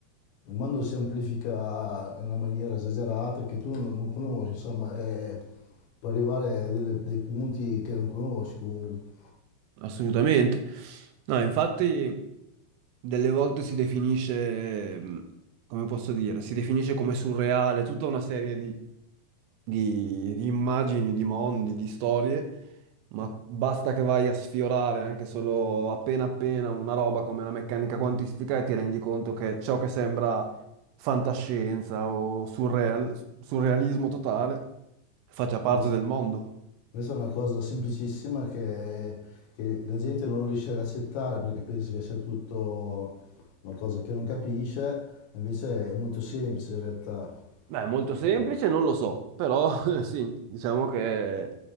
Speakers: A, on the left; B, on the right.
A: il mondo si amplifica in una maniera esagerata che tu non, non conosci, insomma, e puoi arrivare a delle- dei punti che non conosci comunque.
B: Assolutamente. No, infatti delle volte si definisce, mh, come posso dire, si definisce come surreale tutta una serie di, di- di immagini, di mondi, di storie, ma basta che vai a sfiorare anche solo appena appena una roba come la meccanica quantistica e ti rendi conto che ciò che sembra fantascienza o surreal- surrealismo totale faccia parte
A: Invece
B: del mondo.
A: Questa è una cosa semplicissima che, che la gente non riesce ad accettare perché pensa che sia tutto una cosa che non capisce, invece è molto semplice in realtà.
B: Beh, molto semplice,
A: Oh,
B: non lo so, però <laughs> sì, diciamo che